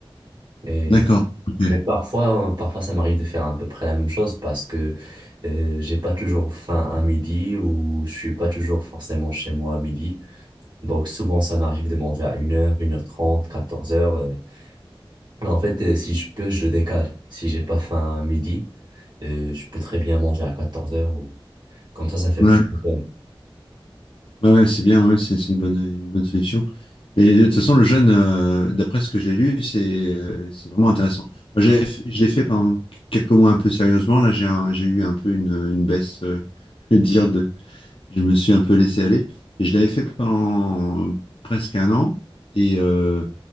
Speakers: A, on the right; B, on the left.
A: Et
B: D'accord. Ok.
A: Mais parfois, euh, parfois ça m'arrive de faire à peu près la même chose parce que euh, j'ai pas toujours faim à midi ou je suis pas toujours forcément chez moi à midi. Donc souvent ça m'arrive de manger à une heure une heure trente quatorze heures euh. Mais En fait, euh, si je peux, je le décale. Si j'ai pas faim à midi, euh, je peux très bien manger à quatorze heures ou comme ça, ça fait
B: Ouais.
A: plus de temps.
B: Ouais, ouais, c'est bien, ouais, c'est c'est une bonne, une bonne solution. Mais de toute façon, le jeûne, euh, d'après ce que j'ai lu, c'est euh, c'est vraiment intéressant. Moi, j'avais f- je l'ai fait pendant quelques mois un peu sérieusement. Là, j'ai un- j'ai eu un peu une, une baisse, euh, <laughs> je veux dire, de, je me suis un peu laissé aller. Et je l'avais fait pendant presque un an. Et euh,